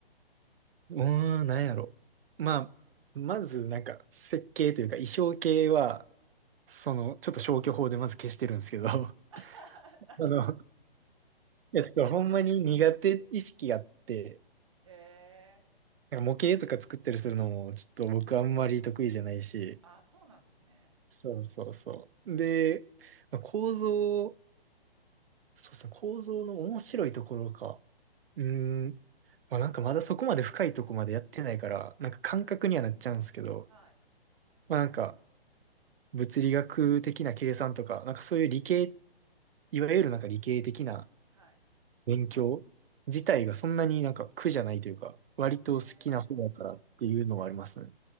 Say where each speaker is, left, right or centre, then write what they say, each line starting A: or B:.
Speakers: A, on the right (about 65°); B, on the right (about 30°).
A: うーん、なんやろ。まあ、まず、なんか、設計というか、衣装系は、その、ちょっと消去法でまず消してるんですけど、<laughs> あ
B: <laughs> なんで。
A: の、いや、ちょっとほんまに苦手意識があって、
B: へえ。
A: なんか模型とか作ったりするのも、ちょっと僕あんまり得意じゃないし、
B: あ、そうなんですね。
A: そうそうそう。で、まあ構造、そうそう、構造の面白いところか。うーん、まあなんかまだそこまで深いとこまでやってないから、なんか感覚にはなっちゃうんですけど、
B: はい。
A: まあなんか、物理学的な計算とか、なんかそういう理系、いわゆるなんか理系的な
B: はい。
A: 勉強自体がそんなになんか苦じゃないというか、割と好きな方だからっていうのはありますね。
B: へえ。